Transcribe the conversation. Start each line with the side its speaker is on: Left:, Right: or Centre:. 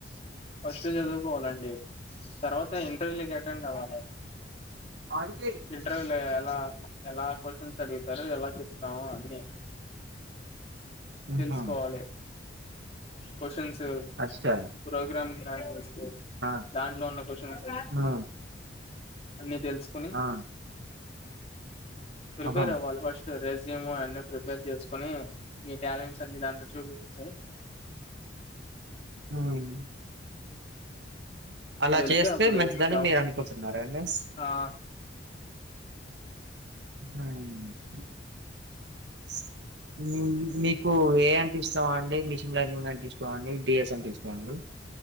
Left: ఫస్ట్ చదువుకోవాలండి తర్వాత ఇంటర్వ్యూలకి అటెండ్ అవ్వాలి
Right: ఆంటీ
Left: ఇంటర్వ్యూ లో ఎలా ఎలా క్వచ్చన్స్ అడుగుతారు ఎలా చెప్తాము అన్ని
Right: ఉహు
Left: తెలుసుకోవాలి క్వశ్చన్స్
Right: అచ్చా
Left: ప్రోగ్రామ్స్త దానిచుస్తే
Right: ఆ
Left: దాంట్లో ఉన్న క్వసన్స్
Right: ఆ
Left: అన్నీ తెలుసుకుని
Right: ఆ
Left: ప్రిపేర్
Right: ఆహా
Left: ఆవల ఫస్ట్ రెజ్యూమ్ అన్నీ ప్రిపేర్ చేసుకుని మీ టాలెంట్స్ అన్ని దాంట్లో చూపిచ్చెయ్
Right: హ్మ్
Left: ఇప్పుడు
Right: అలా
Left: వెళ్తే
Right: చేస్తే
Left: అప్పుడు
Right: మంచిదని
Left: జాబ్
Right: మీరు
Left: వస్తుంది
Right: అనుకుంటున్నార అండి
Left: ఆ
Right: <unintelligible> స్ హ్మ్ మీకు ఏ అంటే ఇష్టం అండి మిషన్ లెర్నింగ్ అంటే ఇష్టమా అండి డిఎస్ అంటే ఇష్టంమా అండి